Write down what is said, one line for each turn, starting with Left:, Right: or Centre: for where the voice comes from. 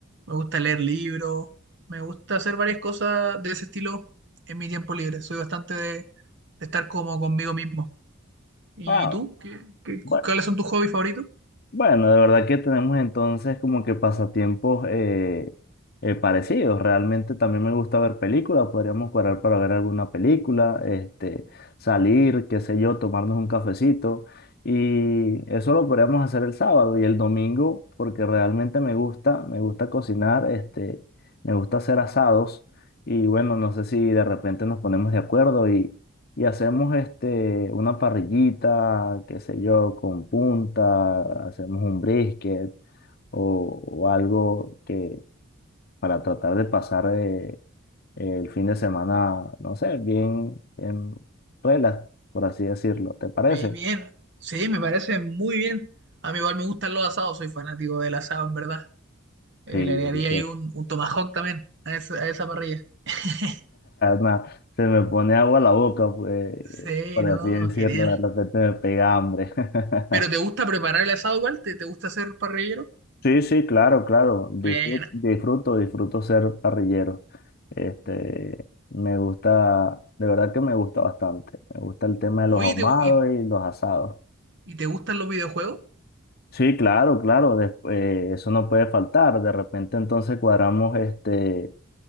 Right: Me gusta leer libros, me gusta hacer varias cosas de ese estilo en mi tiempo libre. Soy bastante de, de estar como conmigo mismo. ¿Y
Left: Ah,
Right: tú? ¿Qué, qué- cuáles
Left: bueno.
Right: son tus hobbies favoritos?
Left: Bueno, de verdad que tenemos entonces como que pasatiempos eh, eh, parecidos. Realmente también me gusta ver películas, podríamos cuadrar para ver alguna película, este, salir, qué sé yo, tomarnos un cafecito. Y eso lo podríamos hacer el sábado y el domingo, porque realmente me gusta, me gusta cocinar, este, me gusta hacer asados. Y bueno, no sé si de repente nos ponemos de acuerdo y hacemos este, una parrillita, qué sé yo, con punta, hacemos un brisket o, o algo que para tratar de pasar eh, el fin de semana, no sé, bien, bien relax, por así decirlo. ¿Te parece?
Right: Bien, bien. Sí, me parece muy bien. A mí igual me gustan los asados, soy fanático del asado, en verdad. Eh,
Left: Sí, delicioso.
Right: le agregaría ahí un,
Left: <laughs>
Right: un tomahawk también a esa, a esa parrilla. <laughs>
Left: Nah, se me pone agua a la boca, pues,
Right: Sí,
Left: por
Right: no,
Left: así decirlo,
Right: genial.
Left: de repente me pega hambre. <laughs>
Right: ¿Pero te gusta preparar el asado igual? ¿Te, te gusta hacer parrillero?
Left: Sí, sí, claro, claro. Disfruto,
Right: Buena.
Left: disfruto, disfruto ser parrillero. Este, me gusta, de verdad que me gusta bastante. Me gusta el tema de
Right: Oye,
Left: los ahumados
Right: ¿te- y,
Left: y los asados.
Right: y te gustan los videojuegos?
Left: Sí, claro, claro. des- eh, eso no puede faltar. De repente entonces cuadramos este,